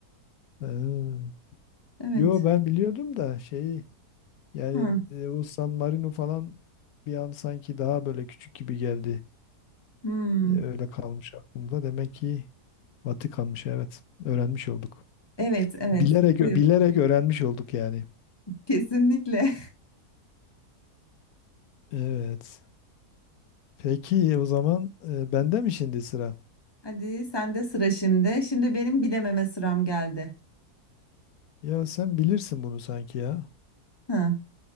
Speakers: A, on the left; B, on the left.
A: He.
B: Evet.
A: Yo ben biliyordum da şeyi yani
B: Hı.
A: e, o San Marino falan bir an sanki daha böyle küçük gibi geldi.
B: Hmm.
A: E, Öyle kalmış aklımda. Demek ki Vatikan'mış evet. Öğrenmiş olduk.
B: Evet, evet.
A: Bilerek bilerek
B: Buyur.
A: öğrenmiş olduk yani.
B: Kesinlikle.
A: Evet. Peki o zaman e, bende mi şimdi sıra?
B: <laughs> Hadi sende sıra şimdi. Şimdi benim bilememe sıram geldi.
A: Ya sen bilirsin bunu sanki ya.
B: Hı.